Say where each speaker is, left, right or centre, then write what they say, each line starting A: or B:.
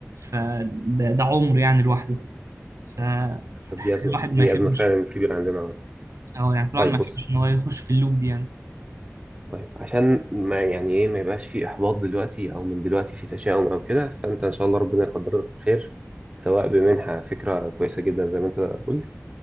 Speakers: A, on the right (about 75°); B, on the right (about 20°).
A: فده ده عمر يعني لوحده فالواحد
B: للاسف دي ازمه
A: <laughs> ما
B: دي
A: يحبش
B: ازمه فعلا كبيره عندنا
A: اه يعني الواحد
B: طيب
A: ما
B: بص
A: يحبش ان هو يخش في اللوب دي يعني
B: طيب عشان ما يعني ايه ما يبقاش في احباط دلوقتي او من دلوقتي في تشاؤم او كده فانت ان شاء الله ربنا يقدرك خير سواء بمنحة فكرة كويسة جدا زي ما انت قلت